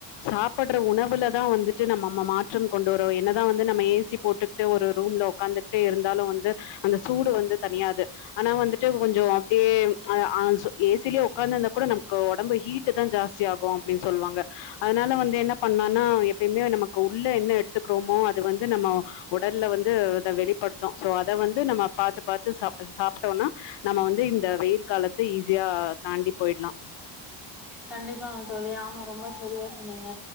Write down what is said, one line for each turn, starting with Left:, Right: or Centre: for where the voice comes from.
Left: சாப்படுற உணவுலதா வந்துட்டு நம்ம ம மாற்றம் கொண்டு வரோ என்னதா வந்து நம்ம ஏ சி போட்டுக்கிட்டு ஒரு ரூம்ல உட்காந்துகிட்டே இருந்தாலு வந்து அந்த சூடு வந்து தனியாது ஆனா வந்துட்டு கொஞ்சம் அப்டியே அ ஆ ஏ சி-லயே ஒக்காந்து இருந்தா கூட நமக்கு ஒடம்பு ஹீட்டு தா ஜாஸ்தி ஆகும் அப்டின்னு சொல்லுவாங்க அதனால வந்து என்ன பண்ணனா எப்பயுமே நமக்கு உள்ள என்ன எடுத்துக்கிறோமோ அது வந்து நம்ம உடல்ல வந்து இத வெளிப்படுத்து சோ அத வந் து நம்ம பாத்து பாத்து சாப்ட சாப்ட்டோனா நம்ம வந்து இந்த வெயில் காலத்த ஈஸியா தாண்டி போயிடலாம்
Centre: கண்டிப்பா தோழி ஆமா ரொம்ப சரியா சொன்னீங்க